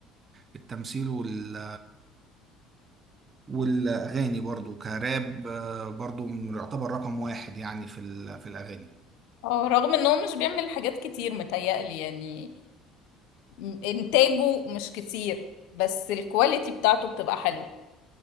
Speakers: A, on the right; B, on the left.
A: التمثيل وال والأغاني برضو كراب آه، برضو يعتبر رقم واحد يعني في ال- في الأغاني
B: اه رغم ان هو مش بيعمل حاجات كتير متهيألي يعني م- انتاجه مش كتير بس الكواليتي بتاعته بتبقى حلوه